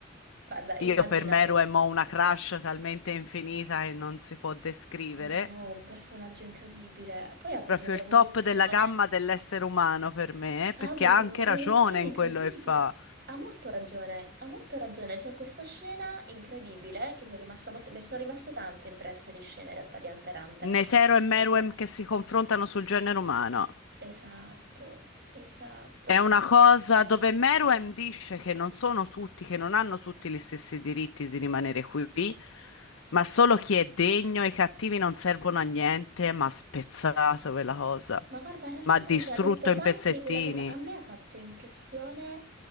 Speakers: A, on the right; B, on the left.
A: Guarda, immaginavo.
B: Io per Meru e Mo una crush talmente infinita che non si può descrivere.
A: No, un personaggio incredibile. Poi ha avuto
B: Proprio
A: un'evoluzione.
B: il top della gamma dell'essere umano per me,
A: Ha
B: perché
A: avuto
B: ha anche
A: un'evoluzione
B: ragione in
A: incredibile.
B: quello che fa.
A: Ha molto ragione, ha molto ragione. C'è questa scena incredibile eh, che mi è rimasta molto... Mi sono rimaste tante impresse di scene in realtà di Hunter x Hunter.
B: Nesero e Meruem che si confrontano sul genere umano.
A: Esatto, esatto.
B: È una cosa dove Meruem dice che non sono tutti, che non hanno tutti gli stessi diritti di rimanere qui, ma solo chi è degno, i cattivi non servono a niente, ma ha spezzato quella cosa,
A: Ma guarda, in realtà
B: ma ha distrutto
A: Tante ha detto
B: in
A: tante
B: pezzettini.
A: di quella cosa. A me ha fatto impressione,